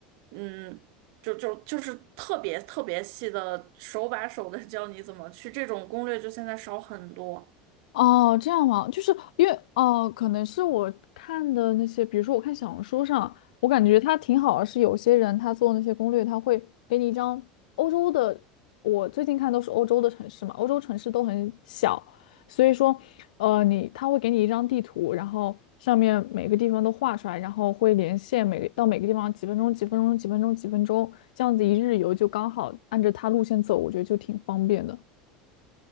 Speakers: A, on the right; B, on the left.
A: 嗯，就就就是特别特别细的手把手的教你怎么去，这种攻略就现在少很多。
B: 哦，这样吗？就是因为哦、可能是我看的那些，比如说我看小红书上，我感觉它挺好的，是有些人他做那些攻略，他会给你一张欧洲的，我最近看都是欧洲的城市嘛，欧洲城市都很小，所以说，呃，你他会给你一张地图，然后上面每个地方都画出来，然后会连线每个到每个地方几分钟、几分钟、几分钟、几分钟，这样子一日游就刚好按着它路线走，我觉得就挺方便的。